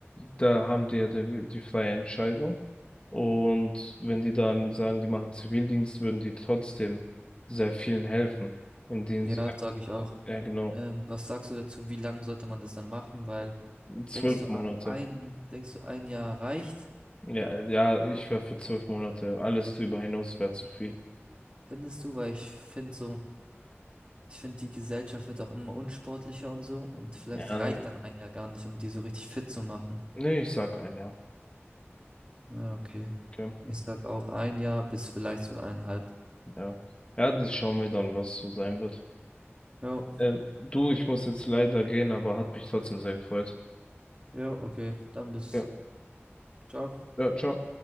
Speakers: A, on the left; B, on the right.
A: da haben die ja die, die freie Entscheidung. Und wenn die dann sagen, die machen Zivildienst, würden die trotzdem sehr vielen helfen, indem
B: Ja,
A: sie,
B: sage ich auch.
A: ja, genau,
B: Ähm, was sagst du dazu, wie lang sollte man das dann machen? Weil
A: zwölf
B: denkst du
A: Monate.
B: a- ein, denkst du ein Jahr reicht,
A: Ja, ja, ich wäre für zwölf Monate. Alles drüber hinaus wäre zu viel.
B: findest du? Weil ich finde so, ich finde die Gesellschaft wird auch immer unsportlicher und so und vielleicht
A: Ja,
B: reicht dann ein Jahr gar nicht, um die so richtig fit zu machen.
A: nee, ich sag ein Jahr.
B: Ja, okay.
A: Okay,
B: Ich sag auch ein Jahr bis vielleicht sogar eineinhalb.
A: ja. Ja, das schauen wir dann, was so sein wird.
B: Ja,
A: Ähm, du, ich muss jetzt leider gehen, aber hat mich trotzdem sehr gefreut.
B: ja, okay. Dann bis.
A: Ja,
B: Ciao.
A: ja, ciao.